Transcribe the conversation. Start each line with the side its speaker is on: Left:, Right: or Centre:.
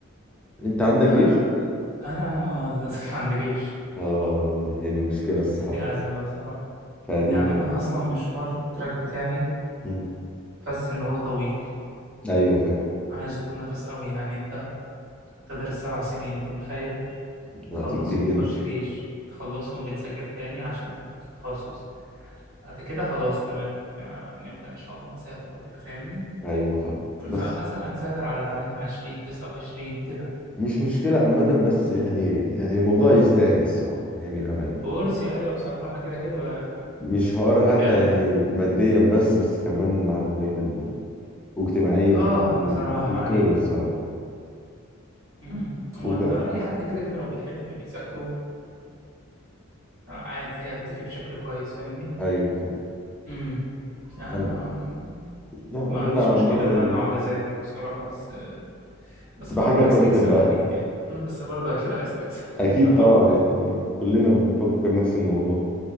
Centre: أنت عندك
Right: لا
Centre: جيش؟
Right: آه، أنا آه، للأسف <laughs> عندي جيش
Centre: آه هي دي مشكلة الصراحة
Right: دي أزمة بصراحة
Centre: فدي
Right: يعني
Centre: م...
Right: أنا أصلا مشوار التراك بتاعي
Centre: مم.
Right: بس إن هو طويل
Centre: أيوه فاهم
Right: عايز طول نفس قوي يعني أنت تدرس سبع سنين أنت متخيل؟
Centre: وقت
Right: تخلصهم
Centre: كبير جدا
Right: بتخش جيش تخلصهم بتذاكر تاني عشان تاخد التخصص بعد كده خلاص تمام يعني نبدأ إن شاء الله نسافر وكده فاهمني
Centre: أيوه فاهم بس
Right: فمثلا هتسافر على 28 29 كده
Centre: مش مشكلة عامة بس يعني يعني الموضوع يستاهل الصراحة يعني بأمان
Right: وورثي أيوه بصراحة كده كده بقى يعني
Centre: مش حوار حتى
Right: الحياة الح...
Centre: يعني ماديا بس بس كمان معنويا واجتماعيا
Right: آه
Centre: كمان
Right: بصراحة
Centre: دكتور
Right: أيوه
Centre: الصراحة
Right: مم. وأنت
Centre: وكم
Right: أي حد كده كده لو بيحب اللي بيذاكره عادي هيأدي فيه بشكل كويس فاهمني
Centre: أيوة فعلا
Right: امم يعني
Centre: أنا
Right: أم،
Centre: يعني
Right: ما عنديش
Centre: أنا عامة
Right: مشكلة ده أنا أقعد أذاكر بصراحة بس بس
Centre: تبقى
Right: برضه
Centre: حاجة أنت
Right: عايز
Centre: بتحبها
Right: تكسب اكيد يعني مم، بس برضه اكيد عايز تكسب
Centre: أكيد
Right: <laughs> مش هحور
Centre: طبعا
Right: يعني
Centre: يعني كلنا بنفكر نفس الموضوع